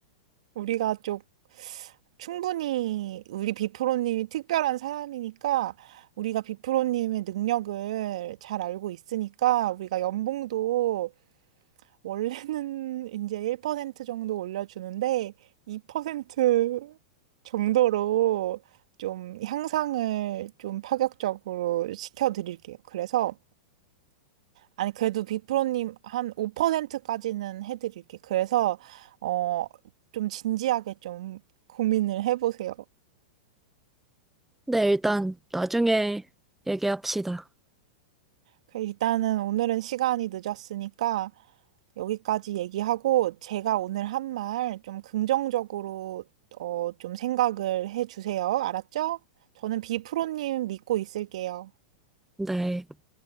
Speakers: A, on the right (about 60°); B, in the centre.
A: 우리가 좀 충분히 우리 비프로님이 특별한 사람이니까 우리가 비프로님의 능력을 잘 알고 있으니까 우리가 연봉도 원래는 <laughs> 이제 1% 정도 올려주는데 2% 정도로 좀 향상을 좀 파격적으로 시켜드릴게요. 그래서 아니 그래도 비프로님 한 5%까지는 해드릴게. 그래서 어 좀 진지하게 좀 고민을 해보세요.
B: 네, 일단 나중에 얘기합시다.
A: 그 일단은 오늘은 시간이 늦었으니까 여기까지 얘기하고 제가 오늘 한 말 좀 긍정적으로 어, 좀 생각을 해 주세요. 알았죠? 저는 비프로님 믿고 있을게요.
B: 네.